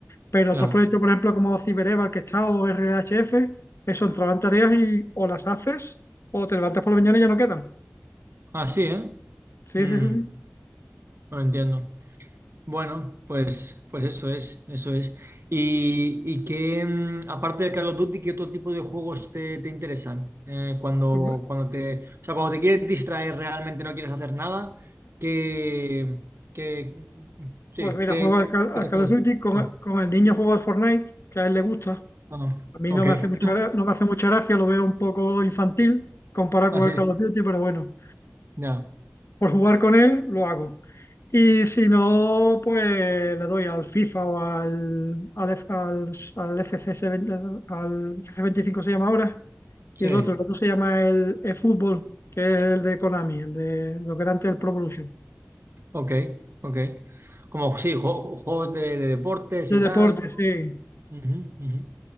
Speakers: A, on the left; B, on the right.
A: Pero
B: claro.
A: otros proyectos, por ejemplo, como CyberEval que está o RHF, eso entraban tareas y o las haces o te levantas por la mañana y ya no quedan.
B: Ah, sí, ¿eh?
A: Sí,
B: Mm,
A: sí, sí.
B: no entiendo. Bueno, pues, pues eso es, eso es. ¿Y, y qué, mm, aparte de Call of Duty, qué otro tipo de juegos te, te interesan? Eh, cuando,
A: Pues
B: cuando te, o sea, cuando te quieres distraer realmente, no quieres hacer nada, ¿qué, qué, sí,
A: pues mira,
B: qué,
A: juego al, Cal
B: qué
A: al
B: te
A: Call
B: haces?
A: of Duty, con,
B: Sí.
A: con el niño juego al Fortnite, que a él le gusta.
B: Ah,
A: A mí
B: ok,
A: no me hace mucha,
B: <laughs>
A: gra- no me hace mucha gracia, lo veo un poco infantil comparado
B: así,
A: con el Call of Duty, pero bueno.
B: ya,
A: por jugar con él, lo hago. Y si no, pues le doy al FIFA o al, al, F- al, al FCS 20 al FC veinticinco se llama ahora,
B: sí,
A: y el otro, el otro se llama el eFootball, que es el de Konami, el de lo que era antes el Pro Evolution.
B: ok, ok. Como, sí, jue- juegos de, de deportes
A: De
B: y
A: deporte,
B: tal, ¿no?
A: sí.
B: Ujú, ujú.